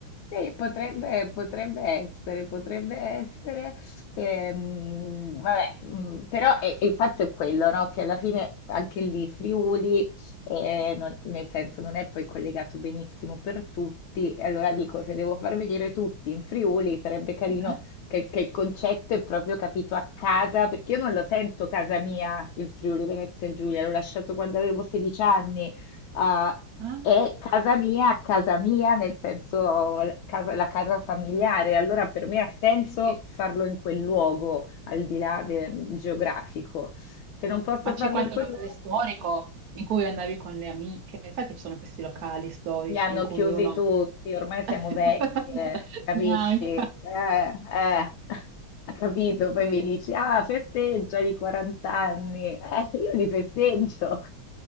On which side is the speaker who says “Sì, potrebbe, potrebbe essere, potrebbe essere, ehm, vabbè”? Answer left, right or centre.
Left